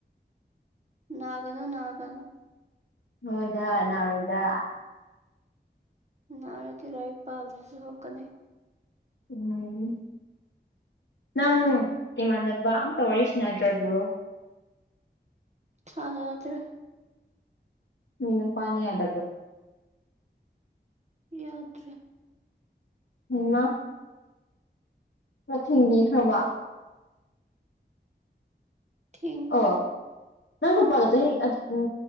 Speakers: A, on the right; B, on the left.
A: ꯅꯥꯒꯅꯣ ꯅꯥꯒꯅꯣ
B: ꯍꯣꯏꯗ ꯅꯔꯣꯏꯗ
A: ꯅꯥꯔꯗꯤ ꯂꯥꯏꯔꯤꯛ ꯄꯥꯕꯗꯁꯨ ꯁꯣꯛꯀꯅꯤ
B: ꯎꯝ ꯅꯪ ꯏꯃꯥꯟꯅꯕ ꯑꯝꯇ ꯋꯥꯔꯤ ꯁ꯭ꯅꯗ꯭ꯔꯕ꯭ꯔꯣ
A: ꯁꯥꯟꯅꯥꯗ꯭ꯔꯦ
B: ꯃꯤ ꯅꯨꯄꯥꯅ ꯌꯥꯗꯕ꯭ꯔꯣ
A: ꯌꯥꯗ꯭ꯔꯦ
B: ꯍꯩꯃ ꯈ꯭ꯔ ꯊꯤꯡꯕꯤꯈ꯭ꯔꯕ
A: ꯊꯤꯡꯈ꯭ꯔꯦ
B: ꯑꯣ ꯅꯪ ꯅꯨꯄꯥꯗꯣ ꯆꯍꯤ ꯑꯠꯁ ꯎꯝ